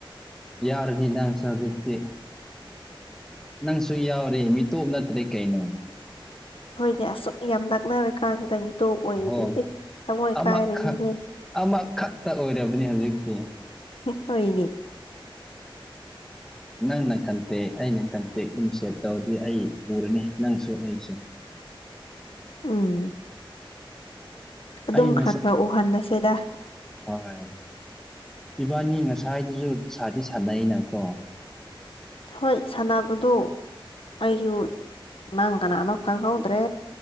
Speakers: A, in the centre; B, on the left (about 85°).
A: ꯌꯥꯔꯅꯤꯅ ꯁꯖꯤꯛꯇꯤ ꯅꯪꯁꯨ ꯌꯥꯎꯔꯦ ꯃꯤꯇꯣꯞ ꯅꯠꯇꯗꯤ ꯀꯩꯅꯣ
B: ꯍꯣꯏꯅꯦ ꯑꯁꯨꯛ ꯌꯥꯝ ꯅꯛꯅꯔ ꯀꯥꯟꯁꯤꯗ ꯃꯤꯇꯣ ꯑꯣꯏꯗꯤ
A: ꯍꯣꯏ
B: ꯏꯁ ꯇꯃꯣꯏ
A: ꯑꯃꯈꯛ
B: ꯀꯥꯏꯔꯅꯤꯍꯦ
A: ꯑꯃꯈꯛꯇ ꯑꯣꯏꯔꯕꯅꯤ ꯍꯧꯖꯤꯛꯇꯤ
B: ꯍꯣꯏꯅꯤ
A: ꯅꯪꯅ ꯀꯟꯇꯦꯛ ꯑꯩꯅ ꯀꯟꯇꯦꯛ ꯑꯗꯨꯝ ꯁꯦꯞ ꯇꯧꯔꯗꯤ ꯑꯩ ꯎꯔꯅꯤ ꯅꯪꯁꯨ ꯑꯩꯁꯨ
B: ꯎꯝ ꯑꯗꯨꯝ
A: ꯑꯩ ꯉꯁꯥꯏ
B: ꯈꯔ ꯈꯔ ꯎꯍꯟꯅꯁꯦꯗ
A: ꯍꯣꯏ ꯏꯕꯥꯅꯤ ꯉꯁꯥꯏꯗꯨꯖꯨ ꯁꯥꯗꯤ ꯁꯥꯅꯩꯅꯀꯣ
B: ꯍꯣꯏ ꯁꯥꯟꯅꯕꯗꯨ ꯑꯩꯁꯨ ꯅꯪ ꯀꯅꯥꯅꯣ ꯈꯪꯍꯧꯗ꯭ꯔꯦ